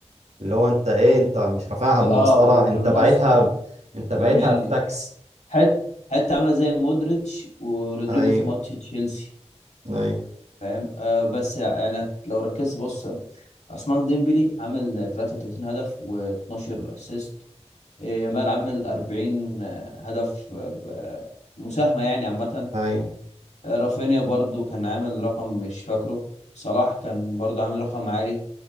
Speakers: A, on the right; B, on the left.
A: اللي هو انت ايه انت مش رافعها
B: ب-
A: بالمسطره
B: اه بال-
A: انت
B: بالماستر
A: بعتها انت بعتها
B: بالملي
A: في تاكس
B: حت حتى عامله زي مودريتش ورودريجو
A: ايوه
B: في ماتش تشيلسي
A: ايوه
B: فاهم آه بس يعني هت- لو ركزت بص عثمان ديمبلي عامل 33 هدف و12 اسيست يامال عامل 40 آه، هدف آه، ب- مساهمة يعني عامة
A: ايوه
B: آه، رافينيا برضو كان عامل رقم مش فاكره صلاح كان برضو عامل رقم عالي